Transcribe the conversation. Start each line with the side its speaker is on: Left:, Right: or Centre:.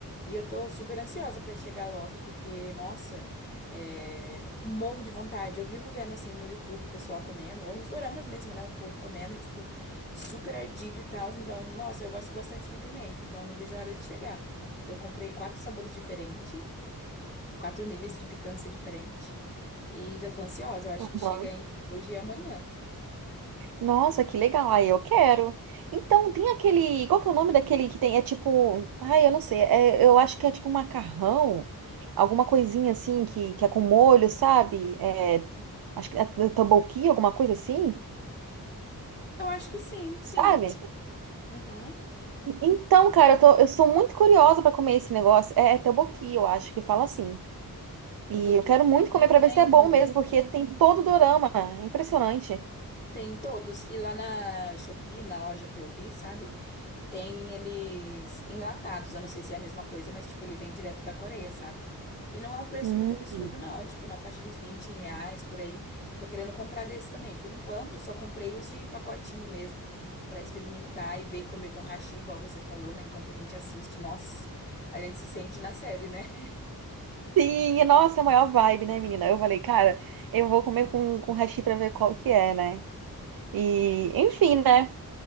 Left: E eu tô super ansiosa pra chegar logo, porque, nossa, eh, morro de vontade. Eu vivo vendo assim no YouTube o pessoal comendo, ou nos doramas mesmo, né? O povo comendo e, tipo, super ardido e tal. Então, nossa, eu gosto bastante de pimenta, então eu não vejo a hora de chegar. Eu comprei quatro sabores diferentes quatro níveis de picância diferente. E já tô ansiosa. Eu acho
Right: Uhum.
Left: que chega entre hoje e amanhã.
Right: Nossa, que legal. Aí eu quero. Então, tem aquele. Qual que é o nome daquele que tem? É tipo. Ai, eu não sei. É- eu acho que é tipo macarrão. Alguma coisinha assim que, que é com molho, sabe? É, acho que é tteokbokki, alguma coisa assim,
Left: Eu acho que sim, sim.
Right: sabe?
Left: Uhum.
Right: Então, cara, eu, tô- eu sou muito curiosa pra comer esse negócio. É, é tteokbokki, eu acho que fala assim. E
Left: Temos aqui
Right: eu quero muito comer
Left: E tem
Right: pra ver se é bom mesmo, porque tem todo o dorama. É Impressionante.
Left: tem todos. E lá na Shopee, na loja que eu vi, sabe? Tem eles enlatados, eu não sei se é a mesma coisa, mas tipo, ele vem direto da Coreia, sabe? E não é um preço
Right: Hum.
Left: muito absurdo, não. É tipo na faixa dos 20 reais por aí. Tô querendo comprar desse também. Por enquanto, eu só comprei os de pacotinho mesmo, pra experimentar e ver e comer com hashi, igual você falou, né? Enquanto a gente assiste, nossa, a gente se sente na série, né?
Right: Sim, e, nossa, é a maior vibe, né, menina? Eu falei, cara, eu vou comer com, com hashi pra ver qual que é, né? E, enfim, né?